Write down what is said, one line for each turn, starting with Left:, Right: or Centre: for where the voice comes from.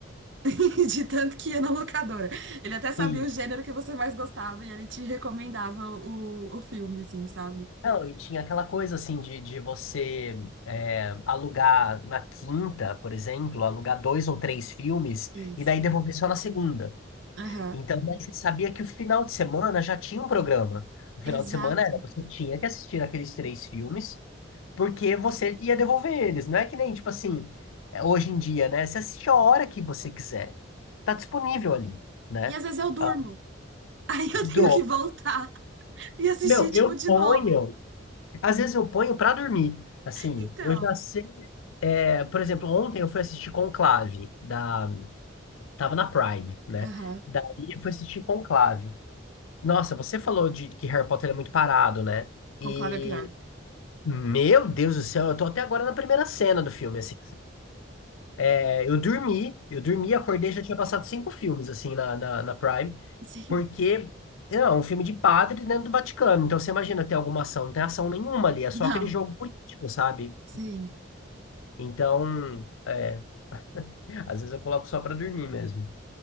Right: <laughs> de tanto que ia na locadora. Ele até sabia
Left: sim.
Right: o gênero que você mais gostava e ele te recomendava o, o filme, assim, sabe?
Left: Não, e tinha aquela coisa assim de, de você é, alugar na quinta, por exemplo, alugar dois ou três filmes
Right: Isso.
Left: e daí devolver só na segunda.
Right: Aham.
Left: Então, daí você sabia que o final de semana já tinha um programa. O final
Right: Exato.
Left: de semana era, você tinha que assistir aqueles três filmes, porque você ia devolver eles. Não é que nem, tipo assim, é, hoje em dia, né? Você assiste a hora que você quiser. Tá disponível ali, né?
Right: E às vezes eu durmo.
Left: Ah,
Right: <laughs> Aí eu tenho
Left: do-
Right: que voltar e assistir,
Left: Não,
Right: tipo,
Left: eu
Right: de
Left: ponho.
Right: novo.
Left: Às vezes eu ponho pra dormir. Assim,
Right: Então.
Left: eu já sei. é, por exemplo, ontem eu fui assistir Conclave da tava na Prime, né?
Right: Aham.
Left: Daí eu fui assistir Conclave. Nossa, você falou de que Harry Potter é muito parado, né? E
Right: Conclave é pior.
Left: meu Deus do céu, eu tô até agora na primeira cena do filme, assim. É, eu dormi, eu dormi, acordei, já tinha passado cinco filmes, assim, na, na, na Prime,
Right: Sim.
Left: porque é um filme de padre dentro do Vaticano. Então, você imagina ter alguma ação, não tem ação nenhuma ali, é só
Right: Não.
Left: aquele jogo político, sabe?
Right: Sim.
Left: Então, é, às vezes eu coloco só pra dormir mesmo.